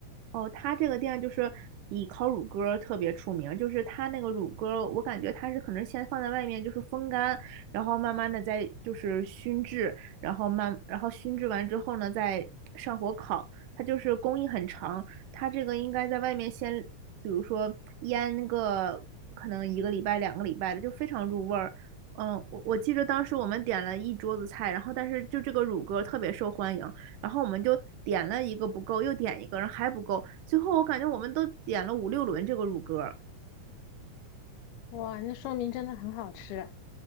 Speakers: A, on the right; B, on the left.
A: 哦，他这个店就是以烤乳鸽儿特别出名儿，就是他那个乳鸽儿我感觉他是可能先放在外面就是风干，然后慢慢的再就是熏制，然后慢，然后熏制完之后呢，再上火烤。它就是工艺很长，它这个应该在外面先，比如说腌个可能一个礼拜、两个礼拜的，就非常入味儿。嗯，我我记得当时我们点了一桌子菜，然后但是就这个乳鸽儿特别受欢迎，然后我们就点了一个不够，又点一个，然后还不够，最后我感觉我们都点了五六轮这个乳鸽。
B: 哇，那说明真的很好吃